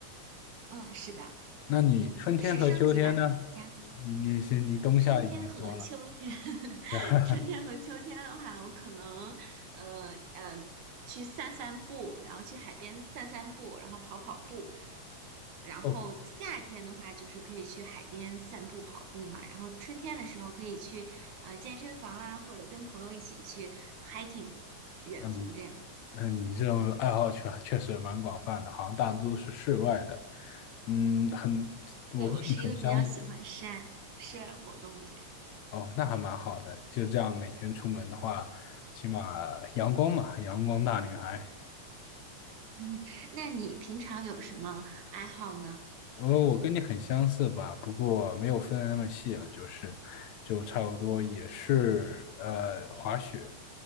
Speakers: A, on the right; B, on the left.
A: 嗯，是的，
B: 那你春天和秋天呢？
A: 嗯，是升级版的瑜伽。
B: 你你是你冬夏已经说了，
A: 春天和秋天，<laughs>
B: <laughs>
A: 春天和秋天的话，我可能呃呃去散散步，然后去海边散散步，然后跑跑步。然后夏天的话，
B: 哦，
A: 就是可以去海边散步、跑步嘛。然后春天的时候，可以去呃健身房啊，或者跟朋友一起去 hiking 远足这样。
B: 那你那你这种爱好确确实蛮广泛的，好像大多都是室外的。嗯，很，我跟你很相，
A: 对，我是一个比较喜欢山山活动的人。
B: 哦，那还蛮好的。就这样每天出门的话，起码阳光嘛，阳光大女孩。
A: <laughs> 那你平常有什么爱好呢？
B: 呃，我跟你很相似吧，不过没有分的那么细了，就是，就差不多也是呃滑雪，